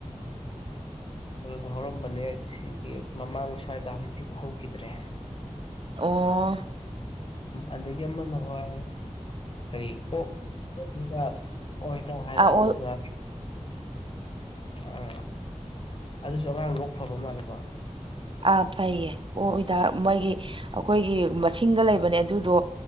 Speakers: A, on the left (about 45°); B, on the right (about 45°).
A: ꯑꯗꯨꯗ ꯍꯧꯔꯝꯕꯅꯦ ꯁꯤꯒꯤ ꯃꯃꯥꯡ ꯁ꯭ꯋꯥꯏꯗ ꯍꯧꯖꯤꯛꯇ ꯍꯧꯤꯛ ꯍꯧꯈꯤꯗ꯭ꯔꯦ
B: ꯑꯣ
A: ꯑꯗꯒꯤ ꯑꯃ ꯑꯃ ꯅꯍꯣꯏ ꯀꯔꯤ ꯑꯣꯛ ꯑꯣꯛ ꯍꯤꯇꯥ ꯑꯣ ꯍꯤꯇꯥ ꯍꯥꯏꯗꯅ
B: ꯑꯥ ꯑꯣ
A: ꯑꯃꯀ ꯑꯥ ꯑꯗꯨꯁꯨ ꯑꯉꯥꯡ ꯂꯣꯛ ꯐꯕ ꯃꯥꯜꯂꯦꯀꯣ
B: ꯑꯥ ꯐꯩꯌꯦ ꯑꯣ ꯎꯗ ꯃꯣꯏꯒꯤ ꯑꯩꯈꯣꯏꯒꯤ ꯃꯁꯤꯡꯒ ꯂꯩꯕꯅꯦ ꯑꯗꯨꯗꯣ